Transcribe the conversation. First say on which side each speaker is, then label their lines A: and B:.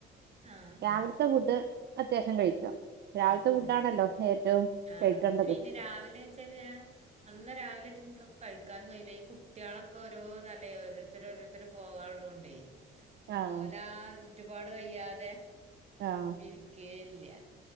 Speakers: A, on the right (about 35°); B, on the right (about 55°).
A: ആഹ്
B: രാവിൽത്തെ
A: ആഹ്
B: ഫുഡ് അത്യാവശ്യം കഴിക്ക
A: കഴിക്കും
B: രാവിലത്തെ ഫുഡാണല്ലോ
A: ആഹ്
B: ഏറ്റവും
A: ആഹ്
B: കഴിക്കേണ്ടത്.
A: അതന്നെ അയിന് രാവിലെ വെച്ചാല് ഞാൻ നന്ന രാവിലെറ്റ് എനിക്ക് കഴിക്കാനും കഴിയില്ല ഈ കുട്ടികളൊക്കെ ഓരോ തലേ ഓരോരുത്തരോരു ത്തൊരു പോകള്ളോണ്ടേ
B: ആഹ്
A: ഓലെ ആ ചുറ്റുപാട് കയ്യാതെ
B: ആഹ്‌
A: ഇരിക്കേല്ല